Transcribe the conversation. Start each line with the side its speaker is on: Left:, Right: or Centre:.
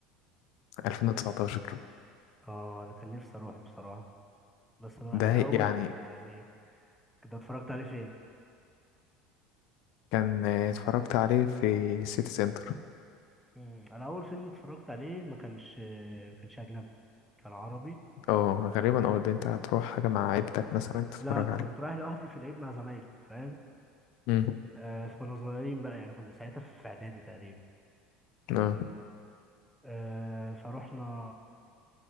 Left: 2019
Centre: آه أنا كان نفسي أروحه بصراحة بس أنا
Left: ده
Centre: أنا أول
Left: يعني
Centre: يعني كنت اتفرجت عليه فين؟
Left: كان آه، اتفرجت عليه في سيتي سنتر
Centre: مم، أنا أول فيلم اتفرجت عليه ما كانش ما كانش أجنبي كان عربي
Left: اه غالبا أو البنت هتروح حاجة مع عيلتك مثلا تتفرج
Centre: لا كنت
Left: عليه
Centre: رايح لوحدي في العيد مع زمايلي فاهم
Left: مم.
Centre: آه فكنا صغيرين بقى يعني كنا ساعتها في اعدادي تقريبا
Left: اه
Centre: آه فروحنا